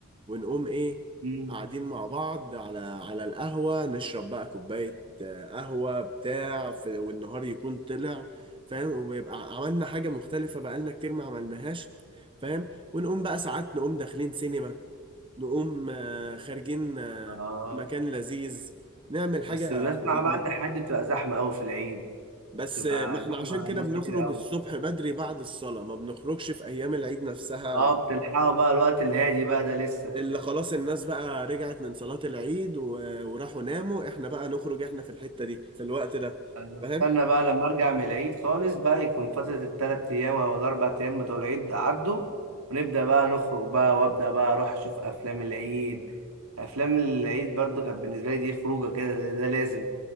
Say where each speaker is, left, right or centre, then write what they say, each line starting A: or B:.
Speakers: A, on the right; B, on the right.
A: ونقوم ايه
B: مم.
A: قاعدين مع بعض على على القهوة نشرب بقى كوباية آه، قهوة بتاع في والنهار يكون طلع فاهم ويبقى عملنا حاجة مختلفة بقالنا كتير ما عملناهاش فاهم ونقوم بقى ساعات نقوم داخلين سينما نقوم آه، خارجين آه،
B: اه
A: في مكان لذيذ نعمل حاجة
B: بس بسمع
A: جديدة
B: بقى ان حد بتبقى زحمة قوي في العيد
A: بس
B: تبقى
A: ما احنا
B: زحمة
A: عشان كده
B: ناس
A: بنخرج
B: كتير قوي
A: الصبح بدري بعد الصلاة ما بنخرجش في أيام العيد نفسها
B: اه بتلحقوا بقى الوقت الهادي بقى ده لسه
A: اللي خلاص الناس بقى رجعت من صلاة العيد و... وراحوا ناموا احنا بقى نخرج احنا في الحتة دي في الوقت ده
B: انا بستنى
A: فاهم؟
B: بقى لما ارجع من العيد خالص بقى يكون فترة التلات ايام او الاربع ايام بتوع العيد ده عدوا ونبدأ بقى نخرج بقى وابدأ بقى اروح اشوف افلام العيد افلام العيد برضو كانت بالنسبة لي دي خروجة كده ده, ده لازم